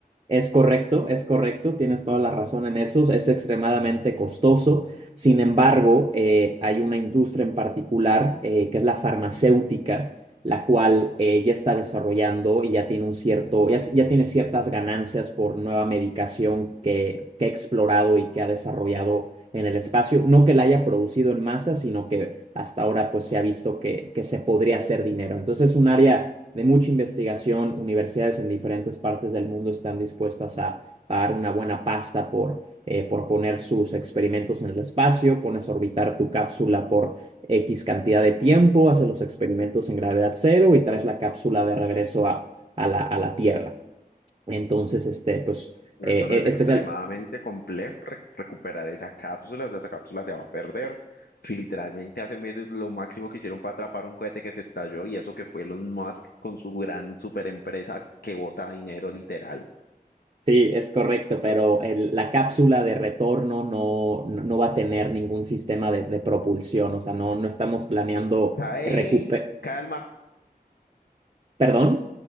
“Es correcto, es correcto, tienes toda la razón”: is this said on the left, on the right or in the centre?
Right